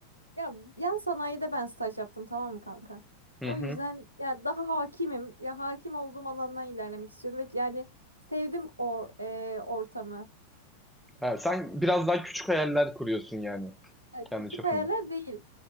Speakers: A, on the right (about 85°); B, in the centre.
A: Ya yan sanayide ben staj yaptım tamam mı kanka?
B: Hı
A: O
B: hı.
A: yüzden ya daha hakimim. Ya hakim olduğum alandan ilerlemek istiyorum ve yani sevdim o e, ortamı.
B: Ha, sen biraz daha küçük hayaller kuruyorsun yani
A: Ya
B: kendi
A: küçük
B: çapında.
A: hayaller değil.